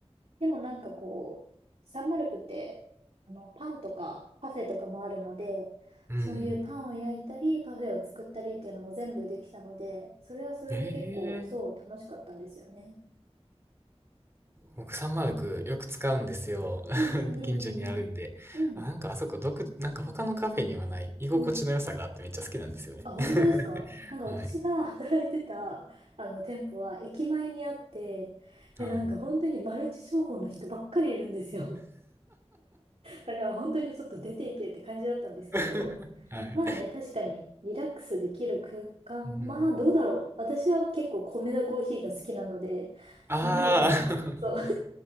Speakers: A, on the right (about 65°); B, on the right (about 25°).
A: でもなんかこう、サンマルクって、あの、パンとかパフェとかもあるので、
B: うん。
A: そういうパンを焼いたり、パフェを作ったりっていうのも全部できたので、それはそれで結構、
B: ええ
A: そう、楽しかったんですよね。
B: 僕3 0クよく使うんですよ。<laughs>
A: うんうんうんうん
B: 近所にあるんで。
A: うん。
B: あ、
A: うん。
B: なんかあそこ独、なんか他のカフェにはない居心地の良さがあってめっちゃ好きなんですよね。
A: うん。あ、本当ですかなんか私が
B: <laughs> はい。
A: <laughs> 働いてた、あの、店舗は駅前にあって、で、
B: はい。
A: なんか本当にマルチ商法の人ばっかりいるんですよ。だから本当にちょっと出ていけって感じだったんですけど、
B: <laughs> はい。
A: まあね、確かにリラックスできる空間、まあどうだろう。
B: うん。
A: 私は結構米田コーヒーが好きなので、
B: ああ
A: サンマルクな。そう。<laughs>